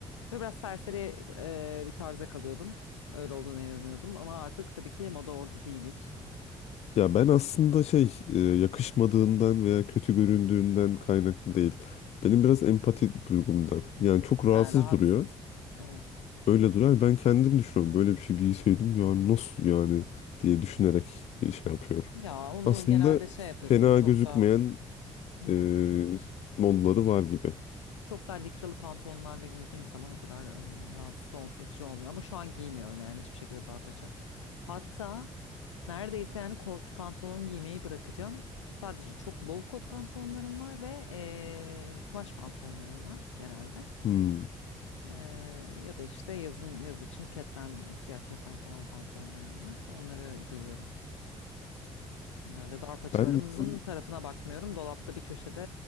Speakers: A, on the left (about 80°); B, on the left (about 45°).
A: Böyle biraz serseri e, bir tarza kalıyordum. Öyle olduğuna inanıyordum ama artık tabii ki moda orada değil hiç.
B: Ya ben aslında şey e, yakışmadığından veya kötü göründüğünden kaynaklı değil. Benim biraz empati duygumdan. Yani çok rahatsız
A: Ha, rahatsız.
B: duruyor.
A: Evet.
B: Öyle durar. Ben kendim düşünüyorum. Böyle bir şey giyseydim yani nasıl yani diye düşünerek bir şey yapıyorum.
A: Ya onu
B: Aslında
A: genelde şey yapıyorsun
B: fena
A: çok
B: gözükmeyen
A: da Hı hı.
B: e, modları var gibi.
A: Çok daha likralı pantolonlarla giydiğin zaman o kadar e, rahatsız ol- edici olmuyor. Ama şu an giymiyorum yani hiçbir şekilde darpaça. Hatta neredeyse yani kot pantolon giymeyi bırakacağım. Sadece çok bol kot pantolonlarım var ve e, kumaş pantolonlarım var genelde.
B: Hmm.
A: E, ya da işte yazın yaz için keten, siyah keten falan pantolonlarım var. Onları giyiyorum. Genelde darpaçalarımın
B: Ben yazın,
A: tarafına bakmıyorum. Dolapta bir köşede